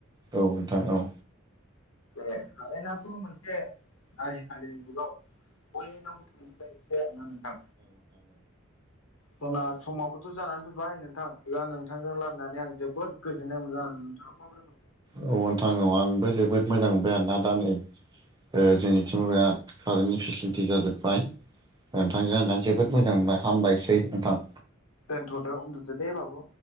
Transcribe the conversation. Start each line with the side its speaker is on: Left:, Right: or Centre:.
Right: औ नोंथां औ।
Left: बे कारेन्टथ' मोनसे आजिखालिनि जुगाव बयनावबो थांजोबबाय एसे आरो ना नोंथां। जोंना समावबोथ' जानानै फैबाय नोंथां एबा नोंथांजों रालायनानै आं जोबोद गोजोननाय मोनदों आरो नोंथाङा माबोरै मोनखो?
Right: औ नोंथां औ आंबो जोबोद मोजां मोनबाय आरोना दा नै ओ जोंनिथिंबो बिराद कारेन्टनि फेसिलिटि जाजोबबाय नोंथांजों रायनानै जोबोद मोजां मोनबाय हामबायसै नोंथां।
Left: दोन्थ'दो उन्दुदो दे बाबु।